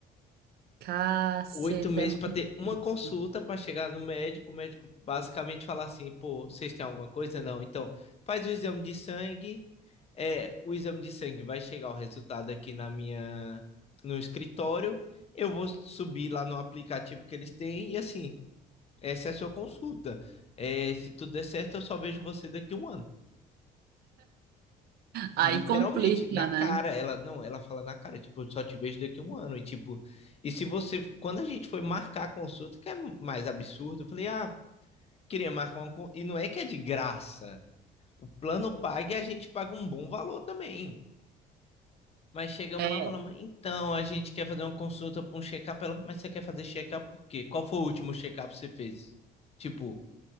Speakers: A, on the right; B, on the left.
A: caceta,
B: Oito meses
A: é muito
B: para
A: difícil.
B: ter uma consulta para chegar no médico. O médico basicamente falar assim: pô, vocês têm alguma coisa? Não. Então, faz o exame de sangue. É, o exame de sangue vai chegar o resultado aqui na minha, no escritório. Eu vou subir lá no aplicativo que eles têm e assim. Essa é a sua consulta. É, se tudo der certo, eu só vejo você daqui a um ano.
A: Aí
B: Literalmente,
A: complica,
B: na cara,
A: né?
B: ela não, ela fala na cara, tipo, eu só te vejo daqui a um ano. E tipo, e se você, quando a gente foi marcar a consulta, que é mais absurdo, eu falei, ah, queria marcar uma con- e não é que é de graça. O plano paga e a gente paga um bom valor também. Mas chegamos
A: É.
B: lá e falamos, então, a gente quer fazer uma consulta para um check-up, ela, mas você quer fazer check-up por quê? Qual foi o último check-up que você fez? Tipo,